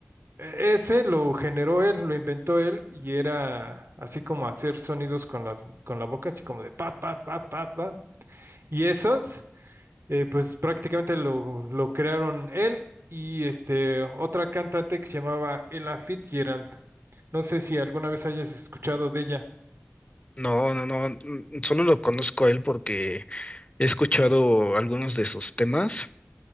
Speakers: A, on the right; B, on the left.
A: e- Ese lo generó él, lo inventó él y era así como hacer sonidos con las, con la boca, así como de pa, pa, pa, pa, pa. Y esos, eh, pues prácticamente lo, lo crearon él y este, otra cantante que se llamaba Ella Fitzgerald. No sé si alguna vez hayas escuchado de ella.
B: No, no, no, mm, solo lo conozco a él porque he escuchado algunos de sus temas